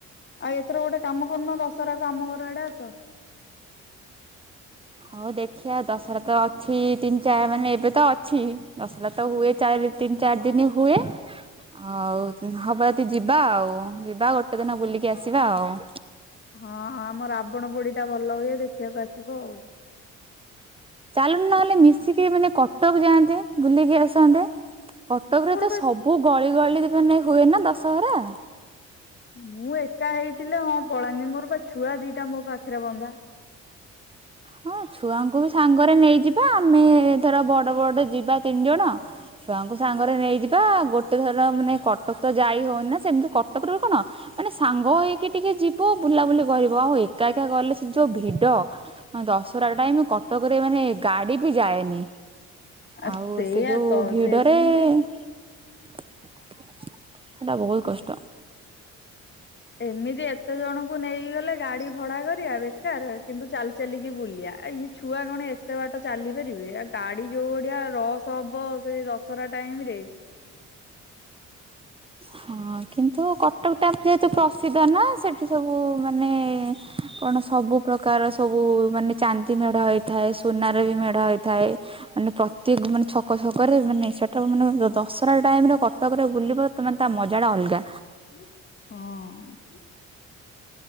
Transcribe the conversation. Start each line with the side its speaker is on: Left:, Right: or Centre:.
Left: ଆଉ ଏଥର ଗୋଟେ କାମ କରୁନ ଦଶହରାକୁ ଆମ ଘର ଆଡେ ଆସ।
Right: ହଉ ଦେଖିଆ ଦଶହରା ତ ଅଛି ତିନି ଚାର ମାନେ ଏବେ ତ ଅଛି ଦଶରା ତ
Left: ହଁ
Right: ହୁଏ ଚାରି ତିନି ଚାରି ଦିନ ହୁଏ ହଉ ହବ ଯଦି ଯିବା ଆଉ, ଯିବା ଗୋଟେ ଦିନ ବୁଲିକି ଆସିବା ଆଉ।
Left: ହଁଁ ଆମ ରାବଣ ପୋଡି ଟା ଭଲ ହୁଏ ଦେଖିବାକୁ ଆସିବ ଉ।
Right: ଚାଲୁନୁ ନହେଲେ ମିଶିକି ମାନେ କଟକ ଯାଆନ୍ତେ, ବୁଲିକି ଆସନ୍ତେ। କଟକରେ
Left: ମୋର
Right: ତ
Left: ବା
Right: ସବୁ ଗଳି ଗଳି ମାନେ ହୁଏ ନା ଦଶହରା।
Left: ମୁଁ ଏକା ହେଇଥିଲେ ହଁ ପଳାନ୍ତି। ମୋର ବା ଛୁଆ ଦିଟା ମୋ ପାଖରେ ବନ୍ଧା।
Right: ହଁ ଛୁଆଙ୍କୁ ବି ସାଙ୍ଗରେ ନେଇଯିବା, ଆମେ ଧର ବଡ ବଡ ଯିବା ତିନି ଜଣ ଛୁଆଙ୍କୁ ସାଙ୍ଗରେ ନେଇଯିବା, ଗୋଟେ ଥର ମାନେ କଟକ ତ ଯାଇ ହଉନି ନା, ସେମିତି କଟକରେ କଣ ମାନେ ସାଙ୍ଗ ହେଇକି ଟିକେ ଯିବ ବୁଲାବୁଲି କରିବ ଆଉ ଏକା ଏକା ଗଲେ ସେ ଯୋଉ ଭିଡ ଦଶରା ଟାଇମ କଟକରେ ମାନେ ଗାଡି ବି ଯାଏନି।
Left: ଆ
Right: ଆଉ
Left: ସେଇଆ
Right: ସେ ଯୋଉ
Left: ତ
Right: ଭିଡରେ
Left: ସେମିତି
Right: ସେଟା ବହୁତ କଷ୍ଟ।
Left: ଏମିତି ଏତେ ଜଣଙ୍କୁ ନେଇକି ଗଲେ ଗାଡି ଭଡା କରିଆ ବେକାର କିନ୍ତୁ ଚାଲି ଚାଲିକି ବୁଲିଆ। ଆ ଇ ଛୁଆ କଣ ଏତେ ବାଟ ଚାଲିପାରିବେ? ଆ ଗାଡି ଯୋଉ ଭଡିଆ ରସ ହବ ସେଇ ଦଶହରା ଟାଇମରେ
Right: ହଁ କିନ୍ତୁ କଟ କଟକ ଟା ଯେହେତୁ ପ୍ରସିଦ୍ଧ ନା ସେଠି ସବୁ ମାନେ କଣ ସବୁ ପ୍ରକାର ସବୁ ସବୁ ମାନେ ଚାନ୍ଦି ମେଢ ହେଇଥାଏ, ସୁନାର ବି ମେଢ ହେଇଥାଏ, ମାନେ ପ୍ରତି କୁ ମାନେ ଛକ ଛକ କରେ ମାନେ ସେଟା ମାନେ ଦଶରା ଟାଇମର କଟକରେ ବୁଲିବା ତ ତାମାନେ ମଜା ଟା ଅଲଗା।
Left: ହଁ।